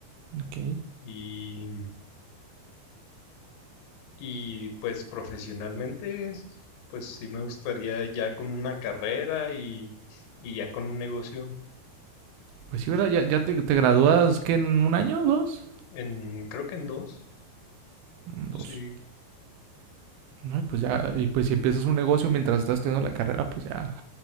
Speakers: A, on the right (about 80°); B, on the left (about 70°).
A: Ok.
B: y, y pues profesionalmente, pues sí me gustaría ya con una carrera y, y ya con un negocio
A: Pues sí, ¿verdad? Ya, ya te, te gradúas, ¿qué? ¿En un año? ¿Dos?
B: en, creo que en dos,
A: Mm,
B: sí.
A: Dos. No, y pues ya, y pues si empiezas un negocio mientras estás estudiando la carrera, pues ya